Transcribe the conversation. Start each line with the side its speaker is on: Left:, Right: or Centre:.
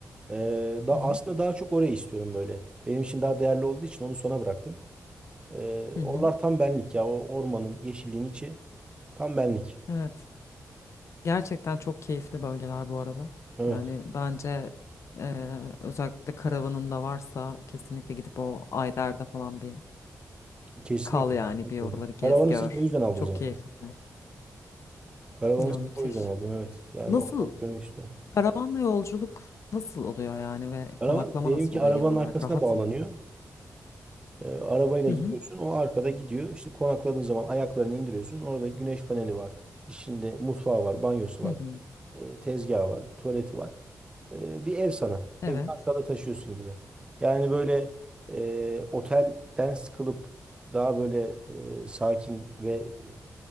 Right: E, da
Left: hı
Right: aslında daha çok orayı istiyorum böyle. Benim için daha değerli olduğu için onu sona bıraktım. E,
Left: hı,
Right: oralar
Left: hı
Right: tam benlik ya. O ormanın, yeşilliğin içi tam benlik.
Left: Evet. Gerçekten çok keyifli bölgeler bu arada.
Right: Evet.
Left: Yani bence e, özellikle karavanın da varsa kesinlikle gidip o Ayder'de falan bir
Right: Kesinlikle,
Left: kal yani
Right: kesinlikle.
Left: bir oraları gez
Right: Karavanı
Left: gör.
Right: sırf o yüzden aldım
Left: Çok
Right: zaten.
Left: keyifli.
Right: Karavanı
Left: Ya
Right: sırf
Left: müthiş.
Right: o yüzden aldım evet. Yani
Left: Nasıl
Right: o onu görmek istiyorum.
Left: Karavanla yolculuk nasıl oluyor yani ve
Right: Karavan
Left: konaklama
Right: benimki
Left: nasıl oluyor
Right: arabanın
Left: genel olarak?
Right: arkasına
Left: Rahat
Right: bağlanıyor.
Left: mı?
Right: E, arabayla
Left: Hı
Right: gidiyorsun.
Left: hı.
Right: O arkada gidiyor. İşte konakladığın zaman ayaklarını indiriyorsun. Orada güneş paneli var. İçinde mutfağı var, banyosu var,
Left: Hı hı.
Right: e, tezgahı var, tuvaleti var. E, bir ev sana.
Left: Evet.
Right: Evi arkada taşıyorsun gibi. Yani böyle e, otelden sıkılıp daha böyle e, sakin ve